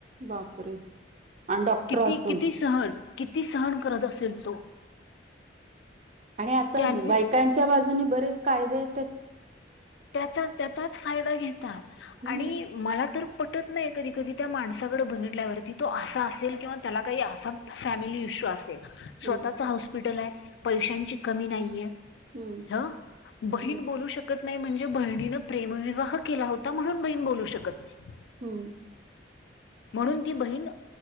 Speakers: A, on the right (about 40°); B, on the left (about 75°).
A: बापरे आणि डॉक्टर
B: किती
A: असू
B: किती सहन किती सहन करत असेल तो.
A: आणि आता
B: त्याने
A: बायकांच्या बाजू ने बरेच कायदेत.
B: त्याचा, त्याचाच फायदा घेतात
A: हम्म
B: आणि मला तर पटत नाही कधी कधी त्या माणसाकडें बघितल्यावरती तो असा असेल किंवा त्याला काही असा फॅमिली इशू असेल
A: हम्म
B: स्वतःच हॉस्पिटल आहे. पैशांची कमी नाहीये
A: हम्म
B: हा बहीण
A: हम्म
B: बोलू शक नाही म्हणजे बहिणीन प्रेमविवाह केला होता, म्हणून बहीण बोलू शकत नाही.
A: हम्म
B: म्हणून ती बहीण